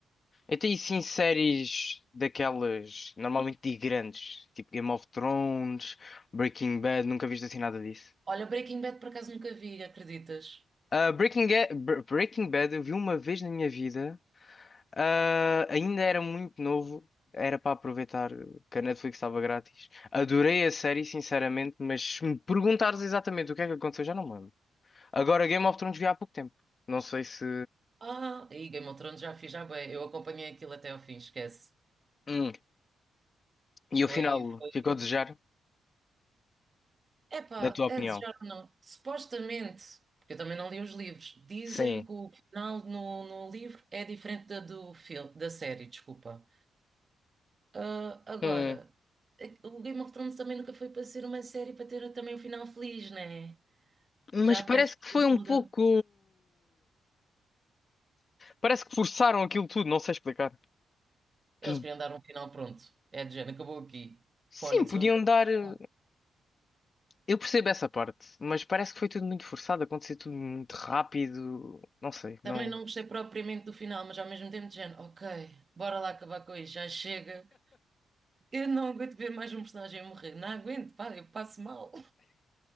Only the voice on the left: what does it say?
Até e sim séries daquelas normalmente de grandes, tipo Game of Thrones, Breaking Bad, nunca viste assim nada disso.
Ah, Breaking, Ga- Bre- Breaking Bad eu vi uma vez na minha vida. Ah, ainda era muito novo, era para aproveitar que a Netflix estava grátis. Adorei a série, sinceramente, mas se me perguntares exatamente o que é que aconteceu, já não me lembro. Agora, Game of Thrones vi há pouco tempo. Não sei se.
Hum, E o
final
ficou a desejar,
na tua
opinião?
Sim.
Hum,
Mas
parece
que foi um pouco.
Parece que forçaram aquilo tudo, não sei explicar.
Hum.
Sim,
podiam
dar. eh,
Eu percebo essa parte, mas parece que foi tudo muito forçado, aconteceu tudo muito rápido. Não sei, não.